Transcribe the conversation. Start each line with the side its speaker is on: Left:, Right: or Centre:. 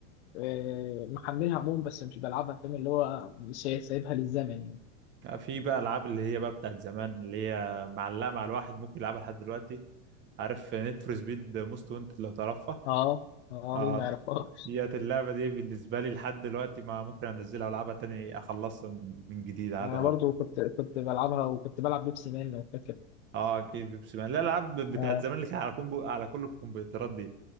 Left: آه، محملها عموما بس مش بلعبها فاهم اللي هو مش سايبها للزمن يعني
Right: لا، في بقى العاب اللي هي بقى بتاعت زمان اللي هي معلقه مع الواحد ممكن يلعبها لحد دلوقتي عارف نيد فور سبيد موست وانتد لو تعرفها
Left: اه اه
Right: اه
Left: مين ما يعرفهاش
Right: ديت اللعبه دي بالنسبه لي لحد دلوقتي ما ممكن انزلها والعبها تاني اخلصها من من جديد عادي
Left: يعني انا
Right: خالص
Left: برضو كنت كنت بلعبها وكنت بلعب بيبسي مان لو فاكر
Right: اه اكيد بيبسي مان لا الالعاب بتاعت
Left: اه
Right: زمان اللي كانت على كومبو على كل الكمبيوترات دي